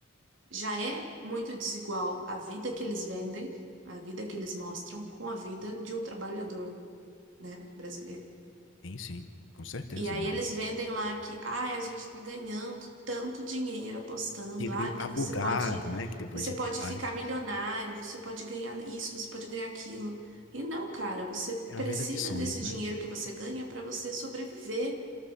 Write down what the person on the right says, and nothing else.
já é muito desigual a vida que eles vendem, a vida que eles mostram, com a vida de um trabalhador, né, brasileiro.
E aí
eles vendem lá que, ai, a gente tá ganhando tanto dinheiro apostando,
ai,
porque
você pode,
você
pode
ficar milionário, você pode ganhar isso, você pode ganhar aquilo. E não, cara, você precisa
desse
dinheiro que você ganha para você sobreviver.